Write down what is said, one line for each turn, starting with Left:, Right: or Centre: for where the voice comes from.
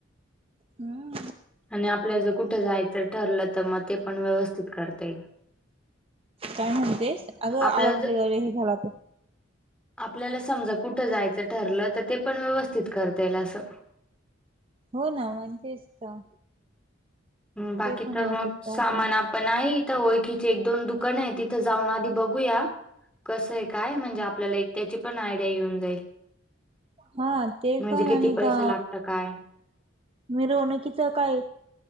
Right: हं.
Centre: आणि आपल्याला जर कुठं जायचं ठरलं तर, मग ते पण व्यवस्थित करता येईल.
Right: काय म्हणतेस? अगं
Centre: आपल्याला
Right: आवाज
Centre: ज
Right: वगैरे हे झाला पण.
Centre: आपल्याला समजा कुठ जायचं ठरलं, तर ते पण व्यवस्थित करता येईल असं.
Right: हो ना मग तेच तर.
Centre: बाकी
Right: ते पण
Centre: तर
Right: व्यवस्थित
Centre: मग
Right: करताय.
Centre: सामान आप पण आहे इथं ओळखीचे एक दोन दुकान आहे, तिथं जाऊन आधी बघूया. कसंय काय म्हणजे आपल्याला एक त्याची पण आयडिया येऊन जाईल.
Right: हा ते
Centre: म्हणजे
Right: पण
Centre: किती
Right: आणि
Centre: पैसे
Right: का
Centre: लागत काय
Right: मिरवणूकीच कायं.